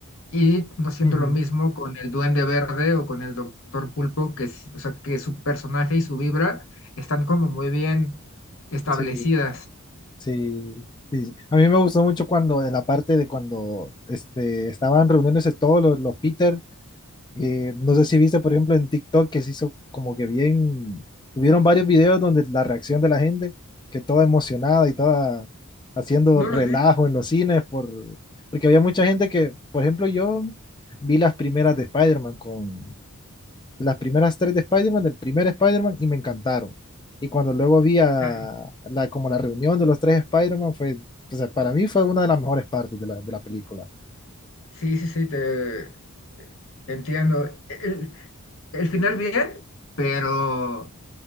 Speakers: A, on the left (about 65°); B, on the left (about 20°).
A: Y no siento
B: ujú,
A: lo mismo con el Duende Verde o con el Doctor Pulpo, que, s- o sea, que su personaje y su vibra están como muy bien establecidas.
B: sí, sí, sí. A mí me gustó mucho cuando, en la parte de cuando este, estaban reuniéndose todos los, los Peter, eh, no sé si viste, por ejemplo, en TikTok que se hizo como que bien, hubieron varios videos donde la reacción de la gente, que toda emocionada y toda haciendo
A: No
B: relajo
A: los vi.
B: en los cines, por, porque había mucha gente que, por ejemplo, yo vi las primeras de Spider-Man con, las primeras tres de Spider-Man, del primer Spider-Man, y me encantaron. Y cuando luego vi a
A: Claro.
B: la, como la reunión de los tres Spider-Man, fue, o sea, para mí fue una de las mejores partes de la, de la película.
A: Sí, sí, sí, te entiendo. El, el final bien, pero,